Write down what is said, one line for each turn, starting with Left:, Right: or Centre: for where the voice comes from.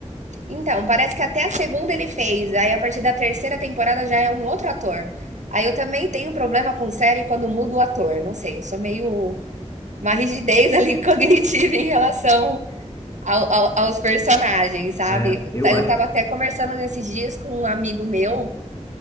Right: Então, parece que até a segunda ele fez, aí a partir da terceira temporada já é um outro ator. Aí eu também tenho problema com série quando muda o ator, não sei, eu sou meio uma rigidez ali <laughs> cognitiva em relação ao- ao- aos personagens, sabe?
Left: é, eu
Right: Eu
Left: acho.
Right: tava até conversando nesses dias com um amigo meu